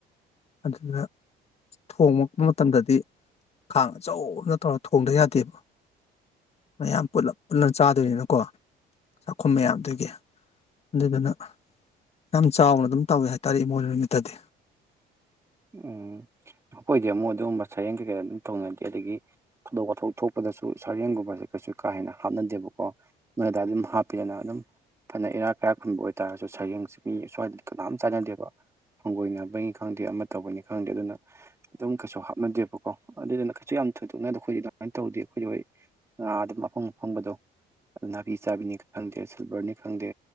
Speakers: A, on the left; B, on the right.
A: ꯑꯗꯨꯅ ꯊꯣꯡꯂꯛꯄ ꯃꯇꯝꯗꯗꯤ ꯈꯥꯡ ꯑꯆꯧꯕꯅ ꯇꯧꯔꯒ ꯊꯣꯡꯗ ꯌꯥꯗꯦꯕ ꯃꯌꯥꯝ ꯄꯨꯂ ꯄꯨꯂꯞ ꯆꯥꯗꯣꯏꯅꯤꯅꯀꯣ ꯆꯥꯛꯈꯨꯝ ꯃꯌꯥꯝꯗꯨꯒꯤ ꯑꯗꯨꯗꯨꯅ ꯌꯥꯝ ꯆꯥꯎꯅ ꯑꯗꯨꯝ ꯇꯧꯋꯦ ꯍꯥꯏꯇꯥꯔꯦ ꯏꯃꯣꯏꯅꯨ ꯅꯨꯃꯤꯠꯇꯗꯤ
B: ꯎꯝ ꯑꯩꯈꯣꯏꯗꯤ ꯑꯃꯨꯛ ꯑꯗꯨꯒꯨꯝꯕ ꯁꯔꯦꯡ ꯀꯩꯀꯩ ꯑꯗꯨꯝ ꯊꯧꯅꯗꯦ ꯑꯗꯒꯤ ꯊꯧꯗꯣꯛ ꯋꯥꯊꯣꯛ ꯊꯣꯛꯄꯗꯁꯨ ꯁꯔꯦꯡꯒꯨꯝꯕꯁꯦ ꯀꯩꯁꯨ ꯀꯥ ꯍꯦꯟꯅ ꯍꯥꯞꯅꯗꯦꯕꯀꯣ ꯅꯣꯏꯗ ꯑꯗꯨꯝ ꯍꯥꯞꯄꯤꯗꯅ ꯑꯗꯨꯝ ꯐꯅ ꯏꯔꯥꯛ ꯀꯩꯔꯥꯛ ꯈꯨꯟꯕ ꯑꯣꯏꯕꯇꯥꯔꯁꯨ ꯁꯩꯔꯦꯡꯁꯤ ꯃꯤ ꯁ꯭ꯋꯥꯏꯗꯗꯤ ꯀꯅꯥꯝ ꯆꯥꯟꯅꯗꯦꯕ ꯍꯪꯒꯣꯏꯅꯕꯅꯤ ꯈꯪꯗꯦ ꯑꯃ ꯇꯧꯕꯅꯤ ꯈꯪꯗꯦ ꯑꯗꯨꯅ ꯑꯗꯨꯝ ꯀꯩꯁꯨ ꯍꯥꯞꯅꯗꯦꯕꯀꯣ ꯑꯗꯨꯗꯨꯅ ꯀꯩꯁꯨ ꯌꯥꯝ ꯊꯣꯏꯗꯣꯛꯅꯗ ꯑꯩꯈꯣꯏꯦ ꯑꯗꯨꯃꯥꯏꯅ ꯇꯧꯗ ꯑꯩꯈꯣꯏ ꯍꯣꯏ ꯑ ꯑꯗꯨ ꯃꯐꯪ ꯃꯐꯪꯕꯗꯣ ꯅꯥꯄꯤ ꯆꯥꯕꯤꯅꯤ ꯈꯪꯗꯦ ꯁꯤꯜꯚꯔꯅꯤ ꯈꯪꯗꯦ